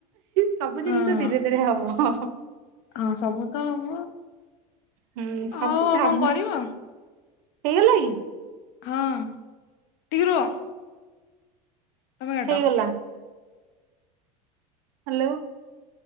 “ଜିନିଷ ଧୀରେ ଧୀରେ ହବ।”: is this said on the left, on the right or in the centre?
Right